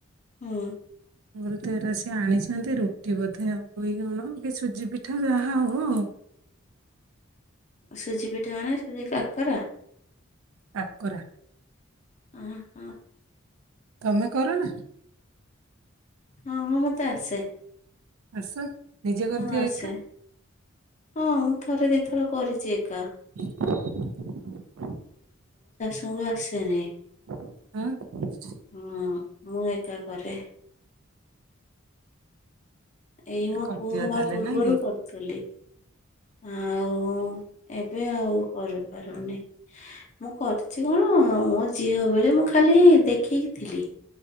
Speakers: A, on the left (about 35°); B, on the right (about 75°).
A: ହୁଁ।
B: ମୁଁ ଅଲି ତ ଏରା ସିଏ ଆଣିଛନ୍ତି ରୁଟି ବୋଧେ ହବ କି କଣ କି ସୁଜି ପି ଠା ଯାହା ହବ ଆଉ।
A: ସୁଜି ପିଠା ମାନେ ସୁଜି କା କରା
B: କାକରା।
A: ଅଁ ହଁ।
B: ତମେ କର ନା?
A: ହଁ ହଁ ମତେ ଆସେ।
B: ଆସେ? ନିଜେ କରିଦିଅ
A: ହଁ ଆସେ।
B: ଏକା?
A: ହଁ ମୁଁ ଥରେ ଦି ଥର କରିଚି ଏକା।
B: <inaudible>
A: ମୁଁ ବି ଆସେନି।
B: ହଁ।
A: ହଁ ମୁଁ ଏକା କରେ। ଏଇ ମୋ
B: କରିଦିଅ
A: ପୁଅ ହବା
B: ତାହେଲେ
A: ପୂର୍ବରୁ
B: ନା କି
A: କରୁଥିଲି ଆଉ ଏବେ ଆଉ କରିପାରୁନି। ମୁଁ କରିଛି କଣ ମୋ ଝିଅ ବେଳେ ମୁଁ ଖାଲି ଦେଖିକି ଥିଲି।